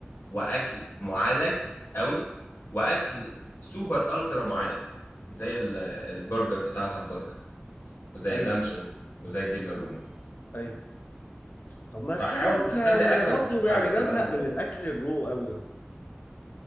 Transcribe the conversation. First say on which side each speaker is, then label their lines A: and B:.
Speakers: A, on the left; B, on the left.
A: واكل معالج قوي واكل سوبر الترا معالج زي ال- البرجر بتاع الهمبرجر وزي
B: ايوه
A: اللانشون وزي الجبنه الرومي
B: ايوه طب ما اصل
A: فحاول
B: انا
A: تخلي
B: انا ما انا
A: اكلك
B: برضه
A: مش معالج
B: يعني بزهق
A: على قد ما تقدر
B: من الاكل الرو قوي ده